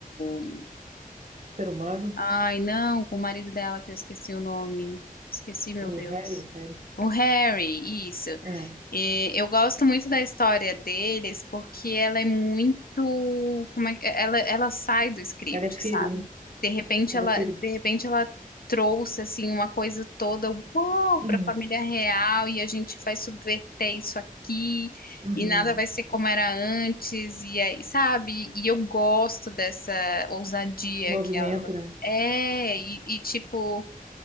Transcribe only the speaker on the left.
o-
Ai, não, com o marido dela, que eu esqueci o nome. Esqueci, meu
Deus.
O Harry, isso.
E eu gosto muito da história deles porque ela é muito, como é, que- ela, ela sai do script,
sabe? De repente
ela,
de repente ela trouxe assim uma coisa toda, uau,
para a família real e a gente vai subverter isso aqui
e nada vai ser como era antes e aí, sabe? E eu gosto dessa ousadia
que ela
é e e, tipo